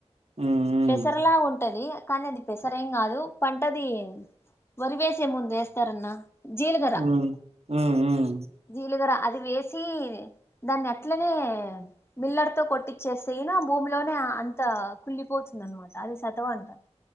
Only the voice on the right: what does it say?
హ్మ్. హ్మ్.
హ్మ్. హ్మ్. హ్మ్.